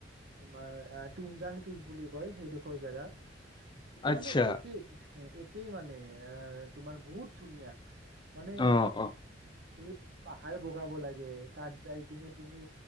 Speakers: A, on the right (about 65°); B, on the left (about 25°).
A: তোমাৰ আহ তুমজাং পিক বুলি কয় সেইডোখৰ জেগাক সেইটো
B: আচ্ছা
A: মানে একেই-একেই মানে আহ তোমাৰ বহুত ধুনীয়া মানে
B: অ অ
A: তুমি তুমি পাহাৰ বগাব লাগে তাত যাই কিনে তুমি